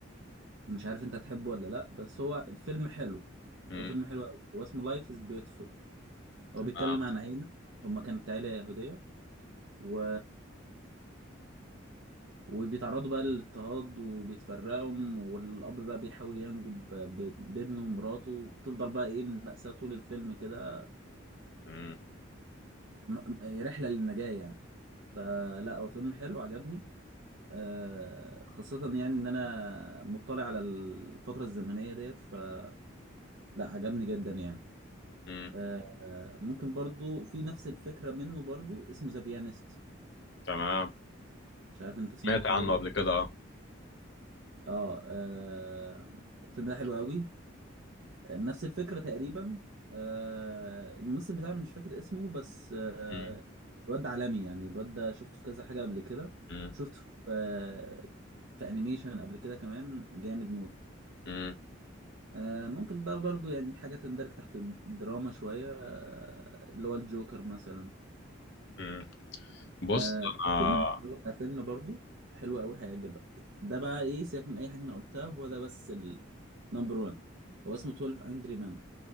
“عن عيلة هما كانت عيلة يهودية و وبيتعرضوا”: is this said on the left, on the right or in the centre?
Right